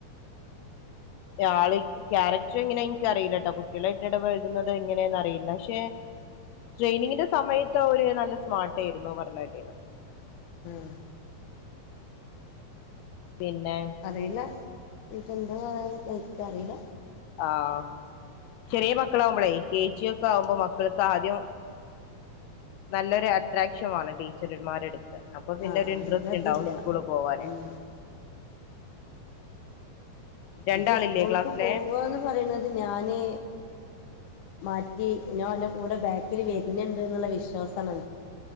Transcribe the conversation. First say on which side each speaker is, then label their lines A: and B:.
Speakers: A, on the left (about 85°); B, on the left (about 70°).
A: രാള് ക്യാരക്ടർ ങ്ങനെ ൻക്കറീല ട്ടോ കുട്യാളായ്ട്ടിട പഴകുന്നത് ങ്ങനെന്നറീല പക്ഷേ ട്രെയിനിങ്ങിന്റെ സമയത്ത് അവര് നല്ല സ്മാർട്ടേയ്ര്ന്നു പറഞ്ഞെട്ടീന്ന്
B: ആഹ്
A: പിന്നെ
B: അറിയില്ല. ഞ്പ്പ ന്താ പാട് ൻക്കറീല
A: ആഹ് ചെറ്യേ മക്കളാവുമ്പളേ കെ ജി ഒക്കെ ആഉമ്പോ മക്കൾക്ക് ആദ്യം നല്ലൊരു അട്രാക്ഷൻ വാണം ടീച്ചർമാരെട്ത്ത്. അപ്പൊ പിന്നൊര്
B: ആഹ്
A: ഇൻട്രസ്റ്റ്
B: ഇതതില്ല
A: ണ്ടാവും സ്കൂള് പോവാന്
B: ഉം
A: രണ്ടാളില്ലേ
B: ഇത് സ്കൂൾക്ക്
A: ക്ലാസ്സിലെ
B: പോവാന്ന് പറിണത് ഞാന് മാറ്റി ഞാ ഓന്റെ കൂടെ ബാക്കില് വര്ന്ണ്ട് ന്ന്ള്ള വിശ്വാസാണ്.